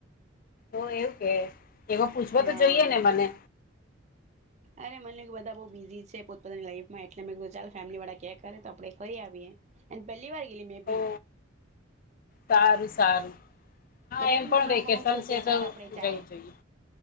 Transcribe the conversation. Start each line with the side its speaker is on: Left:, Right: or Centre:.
Left: હ એવું કે. એમાં પૂછવ તો
Right: હા
Left: જોઈએ ને મને.
Right: અરે મને બધા બ બીઝી છે પોની લાઈફમાં એટ મે ચ ફેમલી વાળા કરે તો આપ ફરી આવીએ પહેલી વાર ગેલી મે બી.
Left: ઓ સારું સારું. હા
Right: એટલે
Left: એમ
Right: તો
Left: પણ
Right: મેં હમણાં
Left: વેકેશન
Right: કહું છું
Left: છે
Right: કે
Left: તો
Right: ચાલ
Left: જવું
Right: આપણે જાય
Left: જ જોઈએ.